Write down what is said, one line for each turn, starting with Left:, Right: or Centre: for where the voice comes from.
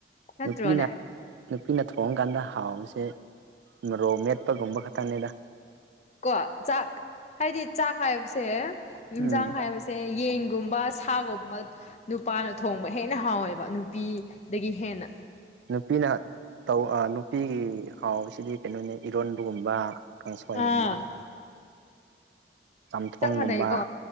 Left: ꯅꯠꯇ꯭ꯔꯣꯅꯦ
Right: ꯅꯨꯄꯤꯅ ꯅꯨꯄꯤꯅ ꯊꯣꯡꯀꯥꯟꯗ ꯍꯥꯎꯁꯦ ꯃꯔꯣꯛ ꯃꯦꯠꯄꯒꯨꯝꯕ ꯈꯛꯇꯪꯅꯤꯗ
Left: ꯀꯣ ꯆꯥꯛ ꯍꯥꯏꯗꯤ ꯆꯥꯛ ꯍꯥꯏꯕꯁꯦ ꯌꯦꯟꯁꯥꯡ
Right: ꯎꯝ
Left: ꯍꯥꯏꯕꯁꯦ ꯁꯦ ꯌꯦꯟꯒꯨꯝꯕ ꯁꯥꯒꯨꯝꯕ ꯅꯨꯄꯥꯅ ꯊꯣꯡꯕ ꯍꯦꯟꯅ ꯍꯥꯎꯋꯦꯕ ꯅꯨꯄꯤꯗꯒꯤ ꯍꯦꯟꯅ
Right: ꯅꯨꯄꯤꯅ ꯇꯧ ꯅꯨꯄꯤꯒꯤ ꯍꯥꯎꯁꯤꯗꯤ ꯀꯩꯅꯣꯅꯤ ꯏꯔꯣꯟꯕꯒꯨꯝꯕ ꯀꯥꯡꯁꯋꯥꯕꯣꯟꯕ
Left: ꯑꯥ
Right: ꯆꯝꯊꯣꯡꯒꯨꯝꯕ
Left: ꯆꯞ ꯃꯥꯟꯅꯩꯀꯣ